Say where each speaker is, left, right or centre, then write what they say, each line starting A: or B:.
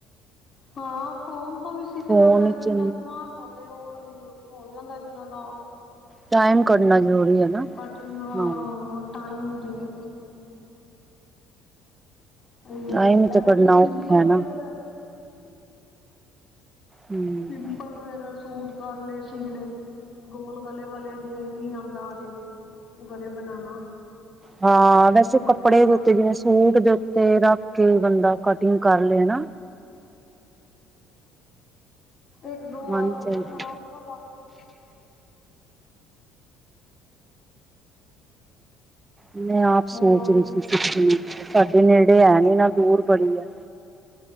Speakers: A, on the left; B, on the right.
A: ਹਾਂ ਫੋਨ ਤੋ ਵੀ ਸਿੱਖ
B: ਫੋਨ
A: ਲੈਂਦੈ ਜਿੰਦਾ
B: ਚ
A: ਦਿਮਾਕ ਹੋਵੇ ਓ ਈ, ਹੋ ਜਾਂਦਾ ਜਿਨਾਂ ਦਾ।
B: ਟਾਈਮ ਕੱਢਣਾ ਜ਼ਰੂਰੀ ਹੈ ਨਾ
A: ਤੁਆਡੀ <unintelligible>
B: ਹਾਂ
A: ਟਾਈਮ ਦੀ <unintelligible>
B: ਟਾਈਮ ਹੀ
A: ਪੈਲੇ
B: ਤੇ ਕੱਢਣਾ
A: ਤਾ ਸਿੰਪਲ
B: ਔਖਾ ਹੈ ਨਾ
A: ਵਗੈਰਾ
B: ਹਮ
A: ਸਿੰਪਲ ਵਗੈਰਾ ਸੂਟ ਕਾਰਲੇ ਸੀ ਲੇ, ਗੋਲ ਗਲੇ ਵਾਲੇ <unintelligible> ਜਿਵੇਂ ਨੀ ਆਂਦਾ ਹਜੇ। ਗੱਲੇ ਬਨਾਵਾ
B: ਹਾਂ ਵੈਸੇ
A: ਸ਼ੁਰੂ
B: ਕੱਪੜੇ
A: ਤੋ ਈ ਹਮ
B: ਦੇ ਉੱਤੇ ਜਿਵੇਂ ਸੂਟ ਦੇ ਉੱਤੇ ਰੱਖ ਕੇ ਬੰਦਾ ਕਟਿੰਗ ਕਰ ਲਏ ਨਾ
A: ਇੱਕ ਦੋ
B: ਆਉਣੀ
A: ਵਾਰ ਹੁੰਦਾ
B: ਚਾਹੀਦੀ
A: ਥੋੜਾ ਹਾਂਜੀ।
B: ਮੈਂ ਆਪ ਸੋਚ
A: ਹੋਰ
B: ਰਹੀ ਸੀ ਕੁਛ ਸਾਡੇ ਨੇੜੇ ਐ ਨੀ ਨਾ ਦੂਰ ਬੜੀ ਹੈ।